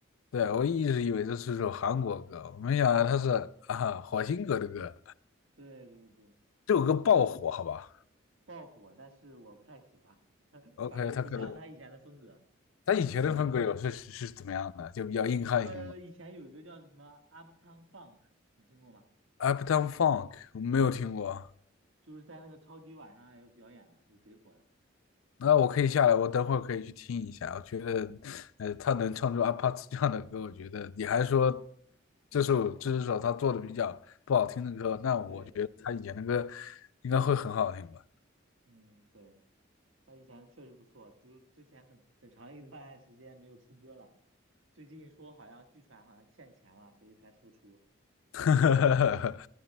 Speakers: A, on the left; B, on the right.
A: 对，我一直以为这是首韩国歌，我没想到它是啊火星哥的歌，
B: 对对对，
A: 这首歌爆火，
B: 就
A: 好吧
B: 爆火，但是我不太喜欢，<laughs>
A: ？OK，
B: 感觉不像他以前的风格，
A: 他可能他以前的风格有是是是怎么样的？
B: 感觉为了，
A: 就比较硬汉型
B: 呃，以前有一个叫什么 Uptown Funk，你听过吗？
A: Uptown Funk 我没有听过，
B: 就是在那个超级晚上还有表演的，就贼火的。
A: 那我可以下来，我等会儿可以去听一下。我觉得，呃，他能唱出 a p a t 这样的歌，我觉得你还说这首这首他做的比较不好听的歌，那我觉得他以前的歌
B: 对，
A: 应该会很好听吧？
B: 嗯，对。他以前确实不错，就之前很很长一段时间没有出歌了，最近说好像据传好像欠钱了，所以才复出。
A: <laughs>